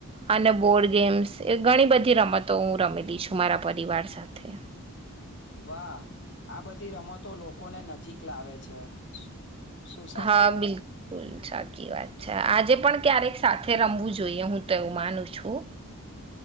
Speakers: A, on the right (about 25°); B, on the left (about 55°).
A: અને બોર્ડ ગેમ્સ એ ઘણી બધી રમતો હું રમેલી છું મારા પરિવાર સાથે.
B: વાહ આ બધી રમતો લોકોને નજીક લાવે છે. શું સાચી
A: હા
B: વાત
A: બિલકુલ સાચી વાત છે આજે પણ ક્યારેક સાથે રમવું જોઈએ હું તો એવું માનું છું.